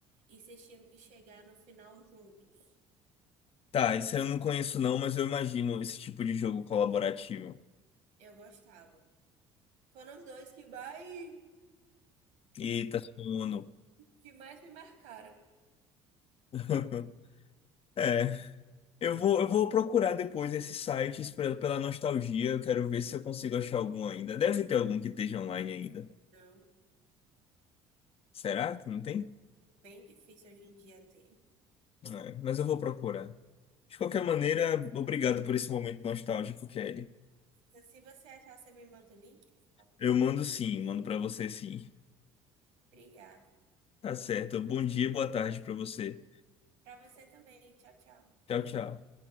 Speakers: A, on the right (about 75°); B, on the left (about 45°).
A: e vocês tinham que chegar no final juntos.
B: tá, isso eu não conheço não, mas eu imagino esse tipo de jogo colaborativo.
A: Eu gostava. Foram os dois que mais,
B: Eita, sono.
A: que mais me marcaram.
B: <laughs> É, eu vou, eu vou procurar depois esses sites pe- pela nostalgia. Eu quero ver se eu consigo achar algum ainda. Deve ter algum que esteja online ainda.
A: Não,
B: Será que não tem?
A: bem difícil hoje em dia ter.
B: É, mas eu vou procurar. De qualquer maneira, obrigado por esse momento nostálgico, Kelly.
A: Então, se você achar, você me manda o link, por favor.
B: Eu mando sim, mando pra você sim.
A: Obrigada.
B: Tá certo. Bom dia e boa tarde pra você.
A: Para você também. Tchau, tchau.
B: Tchau, tchau.